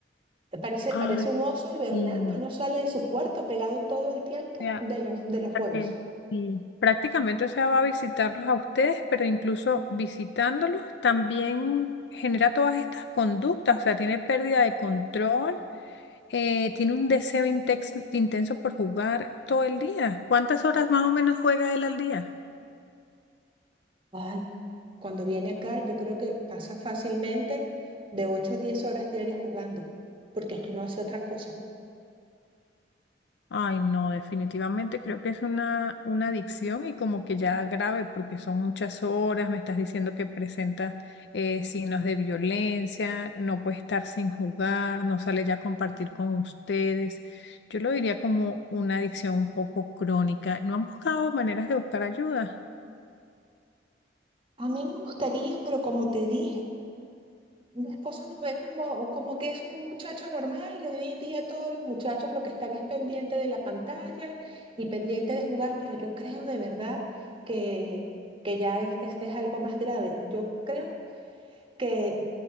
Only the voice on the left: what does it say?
Ah,
sí.
O sea,
la que sí. Prácticamente, o sea, va a visitarlos a ustedes, pero incluso visitándolos también genera todas estas conductas, o sea, tiene pérdida de control. eh, tiene un deseo intex- intenso por jugar todo el día. ¿Cuántas horas más o menos juega él al día?
Ay, no, definitivamente creo que es una, una adicción y como que ya grave porque son muchas horas, me estás diciendo que presenta eh, signos de violencia, no puede estar sin jugar, no sale ya a compartir con ustedes. Yo lo diría como una adicción un poco crónica. ¿No han buscado maneras de buscar ayuda?